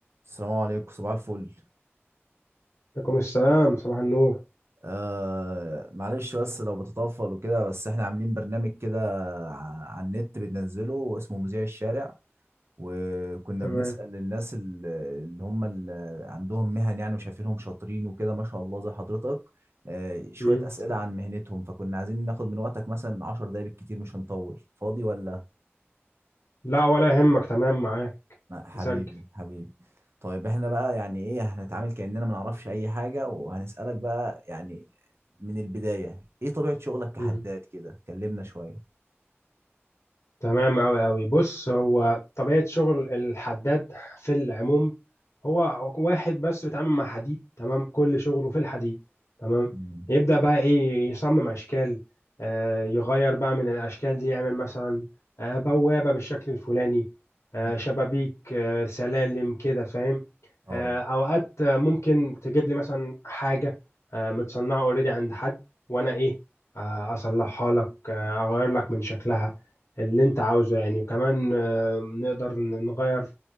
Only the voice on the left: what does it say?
عليكم السلام صباح النور
تمام
مم.
لا ولا يهمك تمام معاك
نسجل
مم.
تمام أوي أوي بص هو طبيعة شغل الحداد في العموم هو واحد بس بيتعامل مع حديد تمام كل شغله في الحديد تمام
يبدأ بقى إيه يصمم أشكال آه يغير بقى من الأشكال دي يعمل مثلا آه بوابة بالشكل الفلاني آه
شبابيك آه سلالم كده فاهم
آه أوقات آه، ممكن تجيب لي مثلا حاجة آه متصنعة أوريدي عند حد وأنا إيه آه أصلحها لك آه أغير لك من شكلها اللي انت عاوزه يعني وكمان آه، نقدر ن- نغير